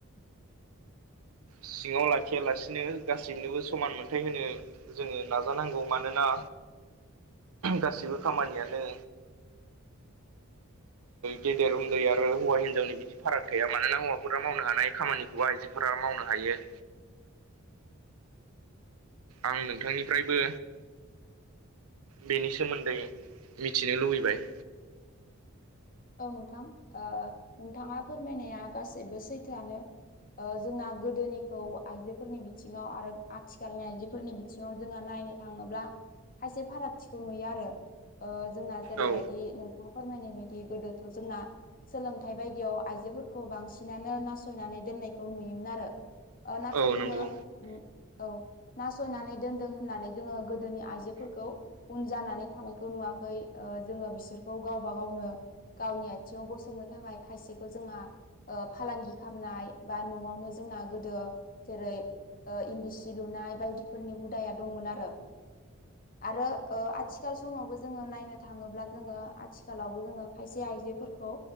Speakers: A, on the right; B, on the left.
A: सिङाव लाखियालासिनो गासैनोबो समान मोनथाय होनो जोङो नाजानांगौ मानोना गासिबो खामानियानो
B: <inaudible>
A: गेदेर उन्दै आरो हौवा हिन्जावनि बिदि फाराग थाया मानोना हौवाफोरा मावनो हानाय खामानिखौबो आइजो फोरा मावनो हायो आं नोंथांनिफ्रायबो बेनि सोमोन्दै मिथिनो लुबैबाय
B: औ नोंथां नोंथाङा फोरमायनाया गासैबो सैथोआनो जोंना गोदोनिखौ आइजोफोरनि बिथिङाव आरो आथिखालनि आइजोफोरनि बिथि आथिङाव जोङो नायनो थाङोब्ला खायसे फारागथिखौ नुयो आरो जोंना जेरैबायदि
A: औ
B: नोंथाङा फोरमायनाय बायदि गोदोथ' जोंना सोलोंथाइ बायदियाव आइजोफोरखौ बांसिनानो नासयनानै दोननायखौ नुयोमोन आरो नाथाय
A: औ
B: जोङो
A: नंगौ
B: औ नासयनानै दोनदों होननानै जोङो गोदोनि आइजोफोरखौ उन जानानै थानायखौ नुवाखै जोङो बिसोरखौ गावबा गावनो गावनि आथिङाव गसंनो थाखाय खायसेखौ जोंहा फालांगि खालामनाय बा न'आवनो जोंना गोदो जेरै इन्दि सि लुनाय बायदिफोरनि हुदाया दंमोन आरो आरो आथिखाल समावबो जोङो नायनो थाङोब्ला जोङो आथिखालावबो जोङो खायसे आइजोफोरखौ